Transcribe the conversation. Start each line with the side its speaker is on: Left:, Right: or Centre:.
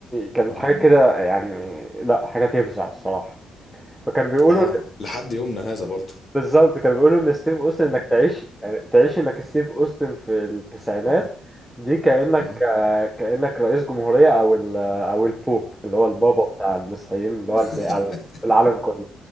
Centre: كانت
Left: آه
Centre: حاجة كده يعني لا حاجة تفزع الصراحة فكان بيقولوا
Left: آه، لحد يومنا هذا برضه
Centre: بالظبط كانوا بيقولوا ان ستيف اوستن
Left: مم.
Centre: انك تعيش يعني تعيش انك ستيف اوستن في التسعينات
Left: آه
Centre: دي كانك
Left: آه
Centre: آه، كانك رئيس جمهوريه او ال او البوب اللي هو البابا بتاع المسيحيين اللي هو الب-
Left: <laughs>
Centre: ال- في العالم كله